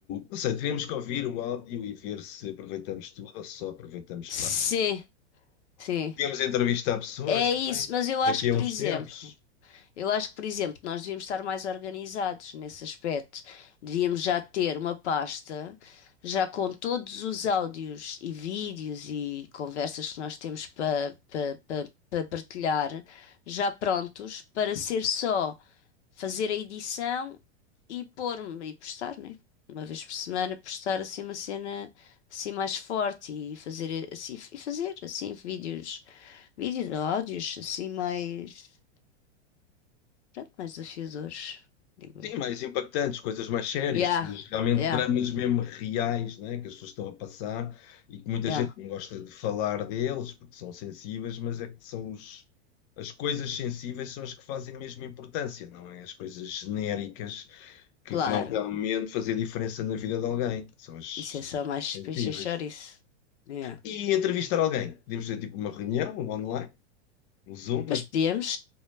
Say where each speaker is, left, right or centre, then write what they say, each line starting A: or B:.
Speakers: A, on the left; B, on the left.
A: Não sei, teríamos que ouvir o áudio e ver se aproveitamos tudo ou só aproveitamos
B: Sim,
A: parte.
B: sim.
A: Podíamos entrevistar pessoas
B: É
A: também,
B: isso, mas eu
A: daqui
B: acho que,
A: a
B: por
A: uns
B: exemplo,
A: tempos.
B: Eu acho que, por exemplo, nós devíamos estar mais organizados nesse aspecto. Devíamos já ter uma pasta, já com todos os áudios e vídeos e conversas que nós temos para pa, pa- pa partilhar, já prontos para ser só fazer a edição e pôr-me e postar, né? Uma vez por semana postar assim uma cena assim mais forte e fazer assim e fazer assim vídeos, vídeos, áudios assim mais Pronto, mais desafios hoje, digo eu.
A: Sim, mais impactantes, coisas mais sérias,
B: Yeah,
A: coisas realmente
B: yeah,
A: dramas mesmo reais, né, que as pessoas estão a passar e que muita
B: yeah,
A: gente não gosta de falar deles porque são sensíveis, mas é que são os, as coisas sensíveis são as que fazem mesmo importância, não é? As coisas genéricas que
B: claro.
A: vão realmente fazer diferença na vida de alguém, são as,
B: Isso é só
A: as
B: mais
A: sensíveis.
B: para encher chouriço. Yeah.
A: E entrevistar alguém, podemos ter tipo uma reunião online, um Zoom,
B: Pois podíamos,